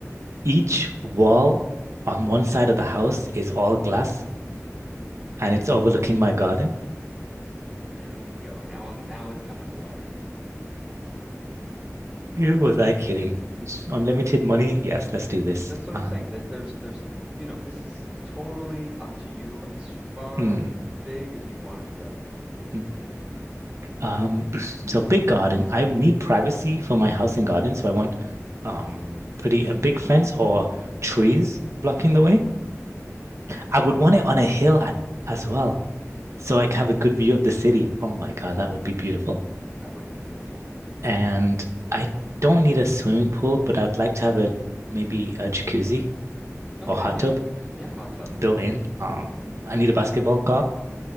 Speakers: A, on the right; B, on the right.
A: Each wall on one side of the house is all glass and it's
B: Oh,
A: overlooking my garden.
B: oh, There we go. Now I'm now it's coming to life.
A: Who was I kidding? It's Unlimited money? Yes, let's do this.
B: That's what I'm
A: Um,
B: saying. That there's there's you know, this is totally up to you as far
A: mm,
B: as big as you wanted to go.
A: mm. Um, <clears throat> so big garden. I need privacy for my house and garden, so I want um pretty a big fence or trees blocking the way. I would want it on a hill at, as well, so I can have a good view of the city. Oh my God, that would be beautiful.
B: That would be beautiful.
A: And I don't need a swimming pool, but I'd like to have a maybe a jacuzzi
B: Okay,
A: or hot
B: yeah.
A: tub
B: Yeah, hot tub.
A: built in. Um, I need a basketball court.